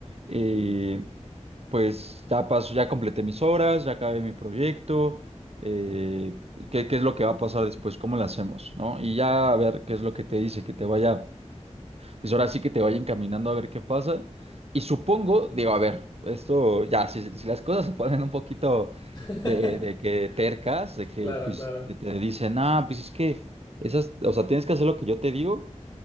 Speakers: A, on the right (about 60°); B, on the left (about 30°).
A: Eh, pues ya paso, ya completé mis horas, ya acabé mi proyecto. eh, ¿qué, qué es lo que va a pasar después? ¿Cómo lo hacemos? ¿No? Y ya a ver qué es lo que te dice, que te vaya, pues ahora sí que te vaya encaminando a ver qué pasa. Y supongo, digo, a ver, esto ya, si, si las cosas <laughs> se ponen un poquito
B: <laughs>
A: de, de que tercas, de que
B: Claro,
A: pues
B: claro,
A: que te dicen, ah, pues es que esas, o sea, tienes que hacer lo que yo te digo,